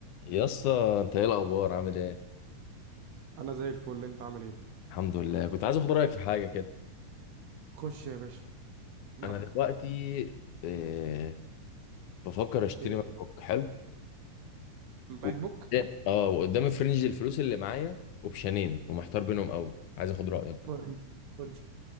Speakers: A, on the left; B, on the right.
A: يا اسطى انت ايه الاخبار عامل ايه
B: انا زي الفل انت عامل ايه
A: الحمد لله كنت عايز اخد رايك في حاجه كده
B: خش يا باشا براحتك
A: انا دلوقتي إيه بفكر اشتري
B: ايه
A: ماك بوك حلو
B: ماك
A: و-
B: بوك
A: اه وقدامي في رينج الفلوس اللي معايا اوبشنين ومحتار بينهم قوي عايز اخد رايك
B: قول قول